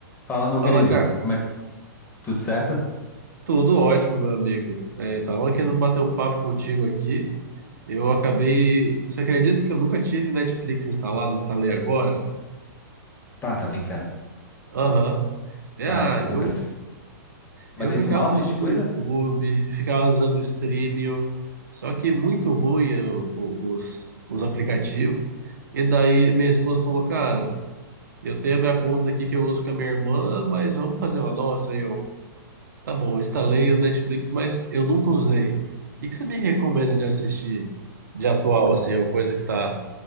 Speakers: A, on the left; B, on the right.
A: Fala, meu
B: Fala,
A: querido,
B: cara.
A: como é que... Tudo certo?
B: Tudo ótimo, meu amigo. É, tava querendo bater um papo contigo aqui. Eu acabei. Você acredita que eu nunca tive Netflix instalado? Instalei agora?
A: Tá, tá brincando.
B: Aham. É,
A: Ah,
B: ah,
A: tu nunca...
B: eu,
A: ass- Mas
B: eu
A: aí
B: ficava
A: tu mal assiste
B: usando
A: coisa?
B: o YouTube, ficava usando o Streamio, só que muito ruim é, o- o- os, os aplicativos. E daí minha esposa falou, cara, eu tenho a minha conta aqui que eu uso com a minha irmã, mas vamos fazer uma nossa aí, Tá bom, eu instalei o Netflix, mas eu nunca usei. O que que você me recomenda de assistir de atual, assim, uma coisa que tá,